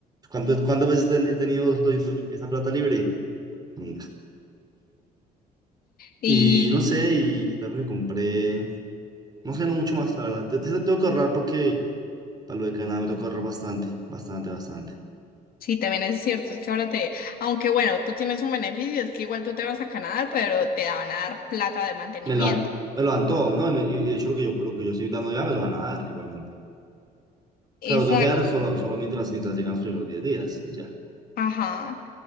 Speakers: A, on the right; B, on the left.
A: ¿Cuántas, cuántas veces ten- he tenido 200 esa plata libre? Nunca.
B: Y
A: Y no sé, y, y también me compré, no sé, no mucho más, la verdad. Te, te- tengo que ahorrar porque para lo de Canadá me toca ahorrar bastante, bastante, bastante.
B: sí, también es cierto, es que ahora te, aunque bueno, tú tienes un beneficio, es que igual tú te vas a Canadá, pero te van a dar plata de mantenimiento.
A: me lo dan, me lo dan todo, ¿no? Y, me- y- de hecho lo que yo, lo que yo estoy dando ya me lo van a dar igualmente.
B: Exacto.
A: O sea, lo tengo que dar solo, solo mientras, mientras llegan los primeros 10 días y ya.
B: Ajá.